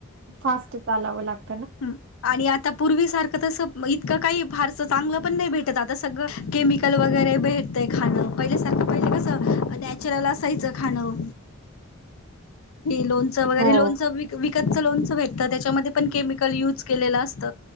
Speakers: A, on the right; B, on the left.
A: फास्ट चालावं लाग
B: ह आणि आता पूर्वी सारखं तसं इतकं काही फारस चांगलं पण नाही भेटत आता, सगळं केमिकल वगैरे भेटतय खाणं. पहिल्या सारखं पहिले कसं नॅचरल असायचं खाणं. लोनच वैगरे
A: हो
B: लोनचं विकतच लोनचं भे तर त्याच्यामध्ये पण केमिकल युज केलेलं असत.